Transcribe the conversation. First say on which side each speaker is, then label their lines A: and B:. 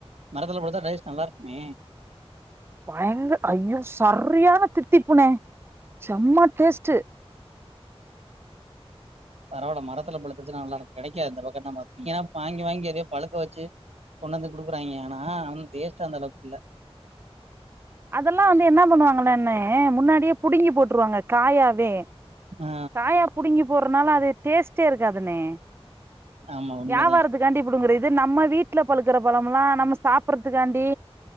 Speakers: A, on the right; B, on the right.
A: மரத்துல போட்டுதான் டைஜஸ்ட் நல்லா இருக்குமே
B: பயங்க ஐயூ சரியரியான தித்திப்புன செம்ம டேஸ்ட்டு
A: பரவால்ல மரத்துல பழுத்துச்சு நல்லாக்கு கிடைக்காது இந்த பக்கம் ல நீ ஏன்னா வாங்கி வாங்கி அதே பழுக்க வச்சு கொண்டு வந்து குடுக்குறாங்கய ஆனாம் டேஷ்ட்டு அந்த அளவுக்கு இல்ல
B: அதெல்லாம் வந்து என்ன பண்ணுவாங்கன்ன முன்னாடியே புடுங்கி போட்டுருவாங்க காயாவே
A: ஆ.
B: காயா புடுங்கி னால அது டேஸ்டே இருக்காதுண்ணே
A: ஆமா உண்மைதான்.
B: யாவாரத்து காண்டி புடுங்கற இது நம்ம வீட்டுல பழுக்குற பழம் எல்லாம் நம்ம சாப்பறதுக்காண்டி